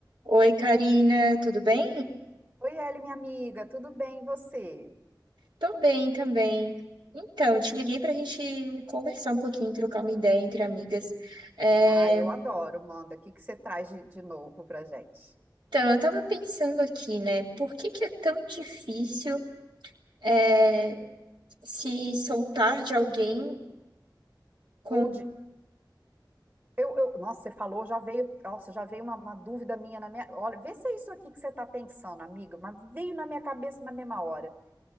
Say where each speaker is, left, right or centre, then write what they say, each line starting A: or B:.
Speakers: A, on the right; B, on the right.
A: Oi, Karina, tudo bem?
B: Oi, Eli, minha amiga, tudo bem e você?
A: Tô bem também. Então, te liguei para a gente conversar um pouquinho, trocar uma ideia entre amigas. É,
B: Ah, eu adoro, manda. O que que você traz de, de novo pra gente?
A: Então, eu tava pensando aqui, né? Por que que é tão difícil é, se soltar de alguém com...
B: Ou de. Eu, eu- nossa, você falou, já veio. Nossa, já veio uma, uma dúvida minha na minha. Olha, vê se é isso aqui que você tá pensando, amiga, mas veio na minha cabeça na mesma hora.